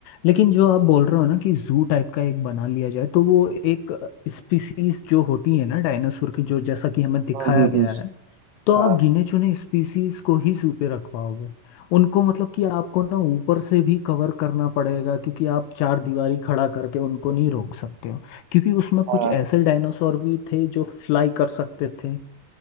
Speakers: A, on the left (about 85°); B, on the right (about 75°).
A: लेकिन जो आप बोल रहे हो ना कि जू टाइप का एक बना लिया जाए तो वो एक स्पीसीज जो होती है ना डायनासोर की जो जैसा कि हमें दिखाया
B: हम्म हम्म
A: गया
B: हम्म।
A: है तो
B: हाँ
A: आप गिने चुने स्पीसीज को ही जू पे रखवाओगे उनको मतलब कि आपको ना ऊपर से भी कवर करना पड़ेगा क्योंकि आप चार दीवारी खड़ा करके उनको नहीं रोक सकते हो क्योंकि उसमें
B: हाँ
A: कुछ ऐसे डायनासोर भी थे जो फ्लाई कर सकते थे